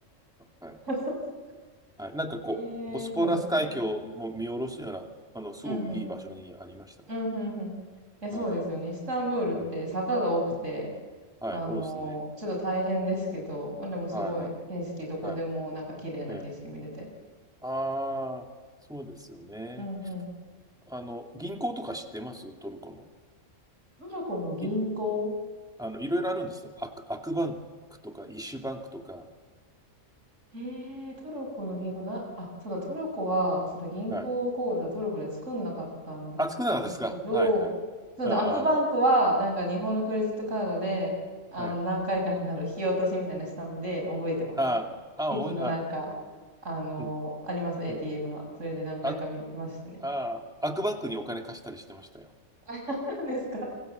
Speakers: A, in the centre; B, on the right.
A: あ、はい。
B: <laughs>
A: はい。なんかこう、
B: ええーそうなんですね。
A: ボスポラス海峡も見下ろすような、あの、すごくいい場所にありましたね。
B: うんうん。うん、うん、うん。いや、
A: はい。
B: そうですよね。イスタンブールって坂が多くて、
A: うん。うんはい、
B: あの、
A: 多いですね。
B: ちょっと大変ですけど、まあ、でもすごい景色、
A: はい、はい、
B: どこでもなんか綺麗な景色見れて。
A: はい。ええ。ああ、そうですよね。
B: うん、うん。
A: あの、銀行とか知ってますトルコの。
B: トルコの銀行
A: い、あの、いろいろあるんですよ。アク、アクバンクとか、イッシュバンクとか。
B: へえ、トルコの銀行な、あ、そうだ、トルコは、そうだ、銀行口座トルコで作んなかったんだ、
A: はい。あ、少なかったですかはい、
B: ですけど、
A: はい。
B: そうだ、
A: ああ、
B: アクバンクは、
A: あ
B: なんか日本のクレジットカードで、あの、
A: あ、はい。
B: 何回かなる引き落としみたいなのしたんで、覚えてます。
A: ああ、あ、
B: 駅のなんか、
A: おい、あ、
B: あの、
A: うん、
B: あります、ATM
A: うん。
B: が。それで何回か見ましたね。
A: あ、あー、アクバンクにお金貸したりしてましたよ。
B: <laughs> 何ですか